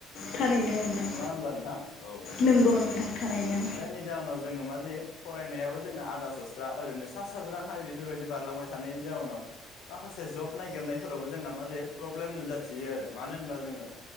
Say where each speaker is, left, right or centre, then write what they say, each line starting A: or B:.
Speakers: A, on the left; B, on the left.
A: थारैनो नोंथां
B: नङा होनब्ला नोंथां औ
A: नंगौ नोंथां थारैनो
B: जायनि जाहोनाव जोङो मा जायो। फरायनायाबो जोंना आदा सस्रा ओरैनो सा सााज्रांहाय बेफोरबायदि बारलांबाय थानायनि जाउनाव माखासे जब नायगिरनायफोरावबो जोंना मा जायो प्रब्लेम नुजाथियो आरो मानो होनबा जोङो